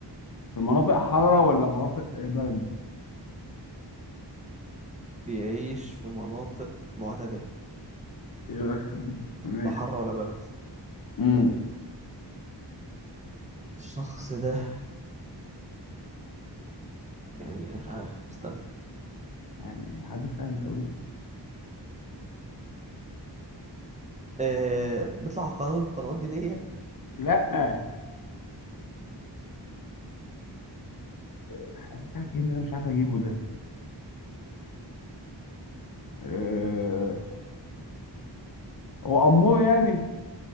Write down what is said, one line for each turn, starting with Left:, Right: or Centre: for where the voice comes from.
Left: في مناطق حارة ولا مناطق برد
Right: بيعيش في مناطق معتدله
Left: يرخم ده ماشي
Right: لا حر ولا برد
Left: امم
Right: الشخص ده يعني مش عارف استنى
Left: يعني حاجة سهلة أوي
Right: آه بيطلع قنوات قنوات دينيه
Left: لأ آه، الحيوان بتاعك إيه اللي أنا مش عارف أجيبه ده آه، هو أمور يعني